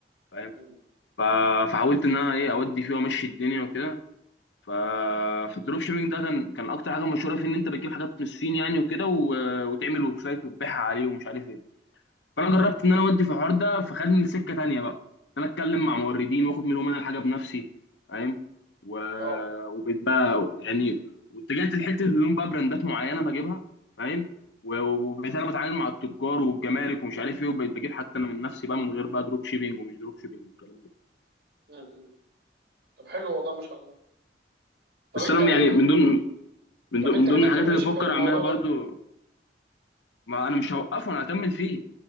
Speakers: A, on the left; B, on the right.
A: فاهم
B: مم.
A: ف... فحاولت ان انا ايه اودي فيه وامشي الدنيا وكده ففي الدروب شيبينج ده كان كان اكتر حاجه مشهوره فيه ان انت بتجيب حاجات من الصين يعني وكده و- وتعمل ويب سايت وتبيعها عليه ومش عارف ايه فانا جربت ان انا اودي في الحوار ده فخدني لسكه تانيه بقى ان انا اتكلم مع موردين واخد منهم انا الحاجه بنفسي فاهم و...
B: اه
A: وبقيت بقى يعني واتجهت لحته الهدوم بقى براندات معينه بجيبها فاهم و- وبقيت انا بتعامل مع التجار والجمارك ومش عارف ايه وبقيت بجيب حتى انا من نفسي بقى من غير بقى دروب شيبينج ومش دروب شيبينج والكلام ده
B: مم. مم. طب حلو والله ما شاء الله طب
A: بس
B: انت
A: انا
B: ليه
A: يعني من ضمن من
B: طب
A: ضمن
B: انت
A: من
B: ليه
A: ضمن
B: ما تكملش
A: الحاجات اللي بفكر
B: في الموضوع
A: اعملها برضو
B: ده
A: ما انا مش هوقفه انا هكمل فيه